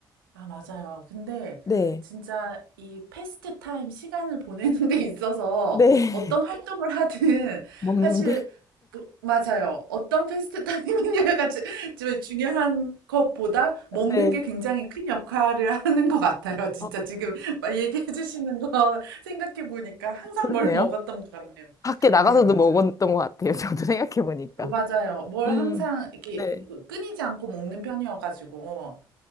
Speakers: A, on the right; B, on the left.
A: 아, 맞아요. 근데
B: 네.
A: 진짜 이 패스트 타임 시간을 보내는 <laughs> 데 있어서
B: 네.
A: 어떤 활동을 하든
B: <laughs> 먹는
A: 사실
B: 게.
A: 그- 맞아요. 어떤 패스트 타임이냐가 지- 지금 중요한 것보다 먹는
B: 네.
A: 게 굉장히 큰 역할을 하는 것 같아요. 진짜
B: 아,
A: 지금 막 얘기해 주시는 거 생각해 보니까 항상
B: 그러네요.
A: 뭘 먹었던 것 같네요.
B: 밖에 나가서도
A: 네, 맞아요.
B: 먹었던 것 같아요. <laughs> 저도 생각해보니까.
A: 맞아요. 뭘
B: 음.
A: 항상 이렇게
B: 네.
A: 끊이지 않고 먹는 편이어가지고.